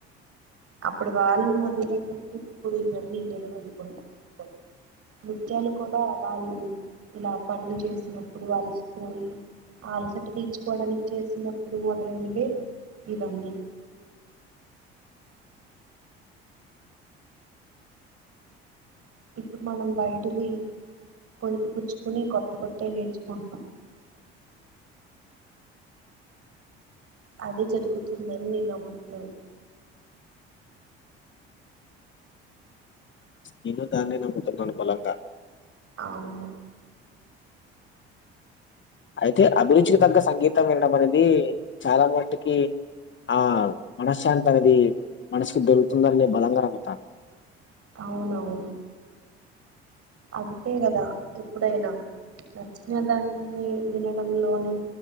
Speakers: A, on the right; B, on the left.
A: అప్పుడు వాళ్ళు మొదలు పెట్టింటే ఇప్పుడు ఇవన్నీ లేవు అనుకుంటాను నృత్యాలు కూడా వాళ్ళు ఇలా పనులు చేసినప్పుడు అలసిపోయి ఆ అలసట తీర్చుకోవడానికి చేసినప్పుడు మొదలైనవే ఇవన్నీ ఇప్పుడు మనం బయటది కొణకి పుచ్చుకొని కొత్త కొత్తయ్ నేర్చుకుంటున్నాం అదే జరుగుతుందని నేను నమ్ముతున్నాను
B: నేను దాన్నే నమ్ముతునాను బలంగా
A: అవును
B: అయితే అభిరుచికి తగ్గ సంగీతం వినడం అనేది చాలా మటికి ఆ మనశ్శాంతి అనేది మనసుకి దొరుకుతుందని నేను బలంగా నమ్ముతాను.
A: అవునవును అంతే కదా ఎప్పుడైనా నచ్చిన దాన్ని వినడంలోని